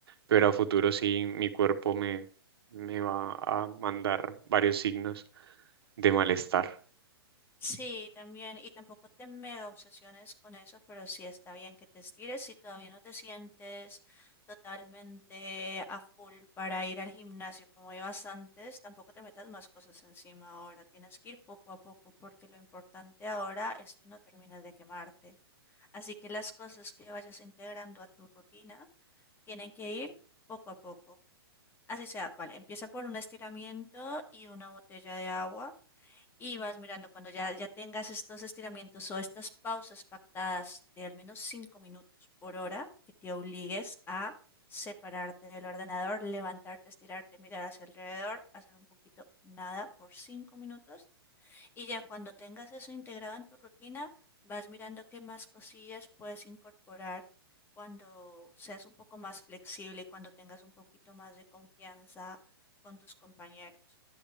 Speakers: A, on the right; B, on the left.
A: pero a futuro sí mi cuerpo me, me va a mandar varios signos de malestar.
B: Sí, también, y tampoco te mega obsesiones con eso, pero sí está bien que te estires si todavía no te sientes totalmente a full para ir al gimnasio como ibas antes, tampoco te metas más cosas encima ahora, tienes que ir poco a poco porque lo importante ahora es que no termines de quemarte, así que las cosas que vayas integrando a tu rutina tienen que ir poco a poco. Así sea, vale, empieza por un estiramiento y una botella de agua. Y vas mirando cuando ya, ya tengas estos estiramientos o estas pausas pactadas de al menos 5 minutos por hora, que te obligues a separarte del ordenador, levantarte, estirarte, mirar hacia alrededor, hacer un poquito nada por 5 minutos. Y ya cuando tengas eso integrado en tu rutina, vas mirando qué más cosillas puedes incorporar cuando seas un poco más flexible, y cuando tengas un poquito más de confianza con tus compañeros.